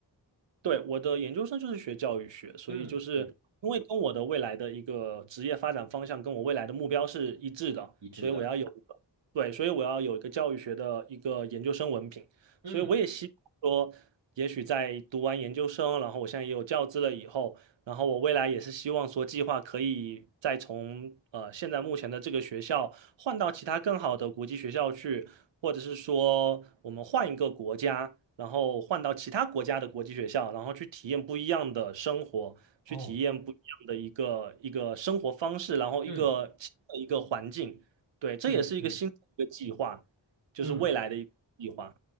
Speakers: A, on the right; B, on the right.
A: 对，我的研究生就是学教育学，所以就是因为跟我的未来的一个职业发展方向，
B: 嗯嗯，
A: 跟我未来的目标是一致的，
B: 一致的。
A: 所以我要有一个，对，所以我要有一个教育学的一个研究生文凭，
B: 嗯
A: 所以我也希望说，也许在读完研究生，然后我现在也有教资了以后，然后我未来也是希望说，计划可以再从呃现在目前的这个学校换到其他更好的国际学校去，或者是说我们换一个国家，然后换到其他国家的国际学校，然后去体验不一样的生活，
B: 哦，
A: 去体验不一样的一个一个生活方式，然后一个新的一个环境。
B: 嗯
A: 对，这也是一个新的一个计划，
B: 嗯嗯
A: 就是未来的一个计划。
B: 嗯